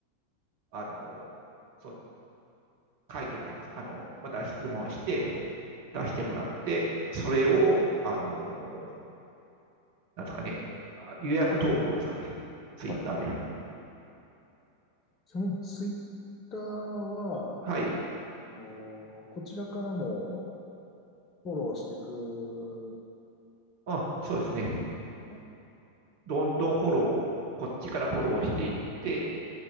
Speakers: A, on the right (about 50°); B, on the left (about 30°).
A: あのー書いてもらいます。あのまた質問して、出してもらって、
B: うんうん
A: それを、あのー、なんとかね、予約投稿ですかね。ツイッターで。
B: はい。ちなみにツイッターは、
A: はい。
B: あのーこちらからもフォローしていく、
A: あ、そうですね。
B: ね
A: どんどんフォロー、こっちからフォローしていって、